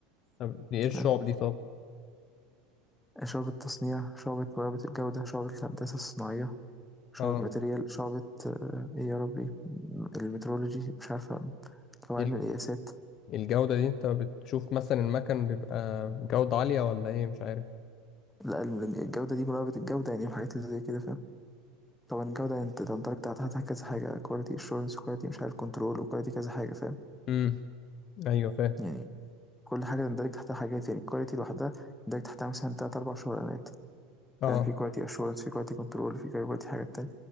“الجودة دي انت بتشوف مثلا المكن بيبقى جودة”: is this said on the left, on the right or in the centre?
Left